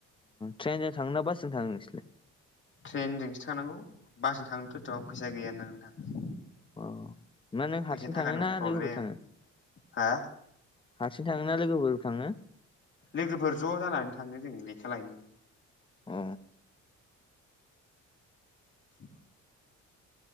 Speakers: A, on the left (about 15°); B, on the left (about 40°).
A: ट्रेन जों थांङो ना बास जों थांङो नोनसोरलाय
B: ट्रेनजोंसो थांनांगौ बासजों थांनोथ' एसेबां फैसा गैयाना नोंथां
A: अ मा नों
B: फैसा
A: हारसिं
B: थाखानिबो
A: थाङो ना
B: प्रब्लेम
A: लोगोफोर थाङो
B: हा
A: हारसिं थाङो ना लोगोफोर थाङो
B: लोगोफोर ज' जानानै थाङो जों लेखा लायनो
A: अ
B: <inaudible>